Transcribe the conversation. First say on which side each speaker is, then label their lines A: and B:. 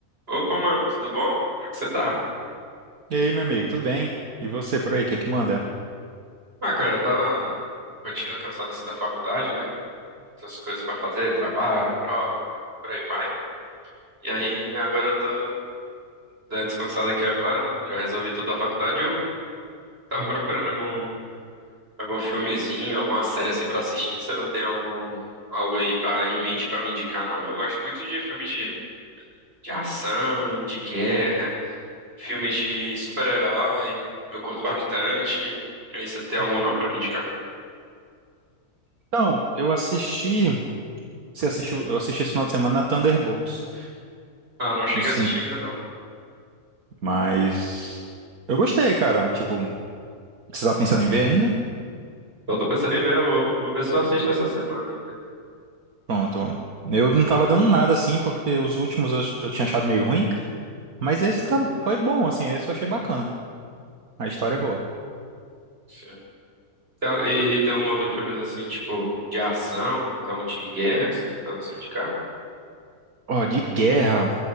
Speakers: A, on the right; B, on the right.
A: Opa, mano, tudo bom? Como é que você tá?
B: E aí, meu amigo, tudo bem? E você por aí, o que que manda?
A: Ah, cara, eu tava rotina cansada assim da faculdade, né? Essas coisas pra fazer, trabalho, prova, por aí vai. E aí, agora eu tô dando descansada aqui agora, né? Já resolvi tudo da faculdade e eu tava procurando algum, algum filmezinho, alguma série assim pra assistir. Você não tem algum, algo aí pra, em mente pra me indicar, não? Eu gosto muito de filme de, de ação, de guerra, filmes de super-herói. Eu curto bastante. E aí, você não tem algum
B: <laughs>
A: não pra me indicar?
B: Então, eu assisti, você assistiu, eu assisti esse final de semana Thunderbolts
A: Ah, não cheguei
B: no cinema,
A: a assistir ainda não.
B: mas eu gostei, cara. Tipo, você tá pensando em ver ainda?
A: Eu tô pensando em ver, eu vou, eu vou ver se eu assisto essa semana ainda.
B: Pronto. Eu não tava dando nada assim, porque os últimos eu, eu tinha achado meio ruim, mas esse tá, foi bom, assim, esse eu achei bacana. A história é boa.
A: Sim. Então, e tem um outro filme assim, tipo, de ação, então de guerra, assim, então assim, de cá.
B: Ó, de guerra,